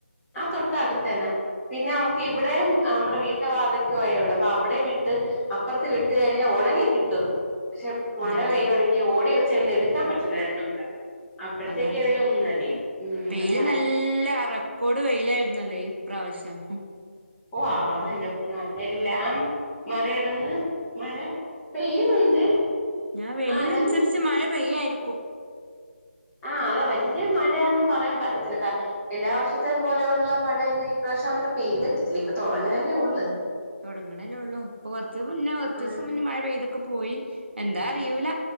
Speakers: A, in the centre; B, on the right.
A: ആഹ് തൊട്ടടുത്തന്നെ. പിന്നെ അമുക്ക് ഇവ്ടെയും ഹ അമ്മുടെ വീട്ട് <unintelligible> <unintelligible> ആയ് ഒണ്ട് അപ്പ അവിടെയു വിട്ട് അപ്പറ്ത്ത് വിട്ട് കഴിഞ്ഞാ ഒണങ്ങി കിട്ടും ക്ഷെ മഴ
B: ഒണങ്ങി
A: പെയ്യുവാണെങ്കി
B: കിട്ട
A: ഓടി എ ചെന്നെടുക്കാ പറ്റില്ല രണ്ടും കൂടെ അപ്പോഴത്തേക്ക്
B: അതാണ്
A: ഏതെങ്കിലും ഒന്ന് നനയും
B: വെ
A: ഉം
B: വെയില്
A: നമ്മള
B: നല്ല അറ കൊടുവെയിലായിര്ന്നല്ലേ ഇപ്രാവശ്യം
A: ഓ ആണോന്റെ പൊന്നു <unintelligible> മറയടന്ന് മഴ പെയ്യുന്നുണ്ട്
B: ഞാൻ വെയിലിലന്സരിച്ച്
A: ആ എന്നാലും
B: മഴ പെയ്യായിരിക്കും
A: ആ അതെ വല്ല്യ മഴയാന്ന് പറയാൻ പറ്റത്തില്ല കാ എല്ലാ വർഷത്തേയും പോലെയുള്ള മഴയൊന്നും ഈ പ്രാവശ്യം അങ്ങനെ പെയ്തിട്ടില്ല. ഇപ്പ തൊടങ്ങിയതല്ലേ ഒള്ള്.
B: തൊടങ്ങണല്ലേള്ളൂ ഇപ്പോ കൊറ്ച്ച് മുന്നേ കൊറ്ച്ചൂസം
A: ആ
B: മുന്നേ മഴ പെയ്തൊക്കെ പോയി എന്താ അറിയൂല